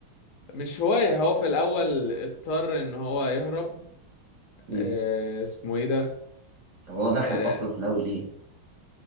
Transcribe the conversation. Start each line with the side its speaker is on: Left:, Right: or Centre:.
Left: مش هواية هو في الأول اضطر إن هو يهرب
Right: مم.
Left: آه اسمه إيه ده؟
Right: طب هو دخل
Left: آه
Right: اصلا في الاول ليه